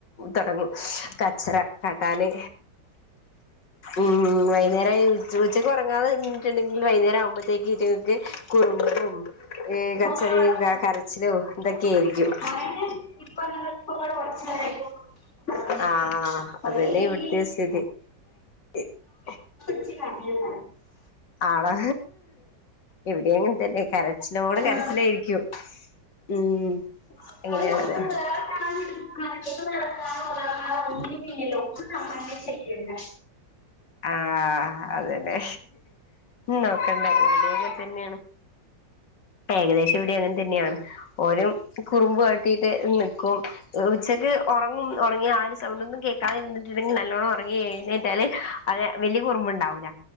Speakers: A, on the left; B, on the left.
A: തൊടങ്ങും കച്ചറ കാട്ടാന് ഉം വൈക്ന്നേരായ ഉച് ഉച്ചെക്ക് ഒറങ്ങാതെ നിന്ന്ട്ട്ണ്ടെങ്കില് വൈക്ന്നേരാവ്മ്പത്തേക്ക് ഈറ്റെ കുറുമ്പും ഏ കച്ചറിം
B: ആഹ് ആഹ്
A: കരച്ചിലും ഇതൊക്കെ ആയിരിക്കും
B: മോനെ <unintelligible>
A: ആഹ് അതന്നെ ഇവിടുത്തെ സ്ഥിതി <unintelligible>
B: <unintelligible>
A: ആണോ ഇവടെഅങ്ങനതന്നെ കരച്ചിലോട് കരച്ചിലായിരിക്കും
B: ആഹ്
A: ഉം
B: <unintelligible>
A: അങ്ങനെയുള്ളതാ
B: ഇൻക്ക് നടക്കാപോകാ ഒഴിവില്ലല്ലോ ഒക്കെ നമ്മളന്നെ ചെയ്യണ്ടെ
A: ആഹ് അതന്നെ നോക്കണ്ട ഇൻ്റോം അങ്ങനെ തന്നെയാണ് ഏകദേശം ഇവടേം അങ്ങനെ തന്നെയാണ് ഓനും കുറുമ്പ് കാട്ടിട്ട് നിക്കും ഉച്ചക്ക് ഒറങ്ങും ഒറങ്ങിയാ ആരിം സൗണ്ടൊന്നും കേൾക്കാതിരിട്ടുണ്ടെങ്കി നല്ലോണ്ണം ഒറങ്ങി എഴുന്നേറ്റാല് അതേ വലിയ കുറുമ്പുണ്ടാവൂല